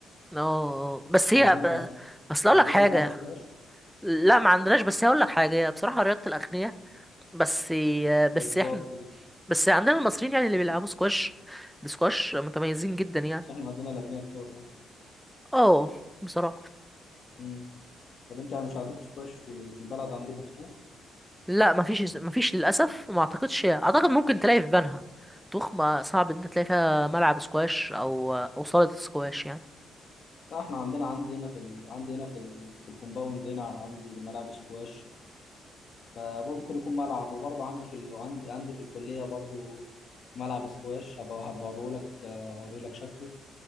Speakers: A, in the centre; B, on the left.
A: اه بس هي
B: عندنا
A: ب...
B: لا
A: بس اقول
B: عندكم
A: لك حاجه
B: ملاعب سكواش
A: لا ما عندناش بس هقول لك حاجه هي بصراحه رياضه الاغنياء بس آه، بس
B: بالظبط
A: احنا
B: كده
A: بس عندنا المصريين يعني اللي بيلعبوا سكواش بسكواش متميزين جدا يعني
B: بس إحنا عندنا الأغنياء كتار برضو
A: اه بصراحه
B: مم. طب أنت مش عندكم سكواش في في البلد عندكم فتوخ؟
A: لا مفيش مفيش للاسف وما اعتقدش اعتقد ممكن تلاقي في بنها طوخ ما صعب ان انت تلاقي فيها ملعب سكواش او او صالة سكواش يعني
B: لا احنا عندنا عندي هنا في ال... عندي هنا في ال... في الكومباوند هنا عندي ملاعب سكواش فممكن يكون ملعب وبرضه عندي في ال... عندي عندي في الكلية برضه ملعب سكواش هبقى هبقى لك اوري لك شكله